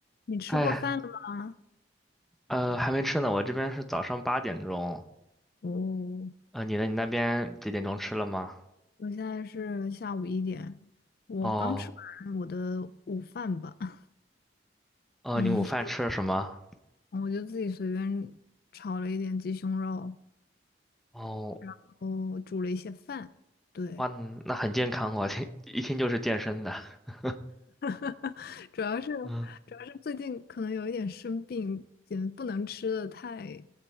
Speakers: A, on the left (about 55°); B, in the centre.
A: 你吃过饭了吗？
B: 哎，呃，还没吃呢，我这边是早上八点钟。
A: 哦，
B: 呃，你呢？你那边几点钟吃了吗？
A: 我现在是下午一点，我刚吃完我的午饭吧。
B: 哦，
A: <laughs>
B: 哦，
A: 嗯，
B: 你午饭吃了什么？
A: 吃了，我就自己随便炒了一点鸡胸肉，
B: 哦，
A: 然后煮了一些饭。对，
B: 哇，那很健康哦，<laughs> 听一听就是健身的。<laughs>
A: <laughs> 主要是
B: 嗯，
A: 主要是最近可能有一点生病，也不能吃的太